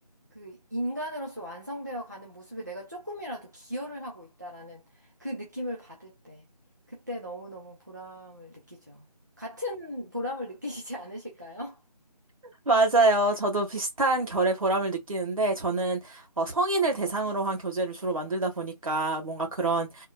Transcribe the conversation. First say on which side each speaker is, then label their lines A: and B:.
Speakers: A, on the right (about 25°); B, on the right (about 55°).
A: 그 인간으로서 완성되어 가는 모습에 내가 조금이라도 기여를 하고 있다라는 그 느낌을 받을 때, 그때 너무너무 보람을 느끼죠. 같은 보람을 느끼시지 않으실까요?
B: 맞아요. 저도 비슷한 결의 보람을 느끼는데 저는 어, 성인을 대상으로 한 교재를 주로 만들다 보니까 뭔가 그런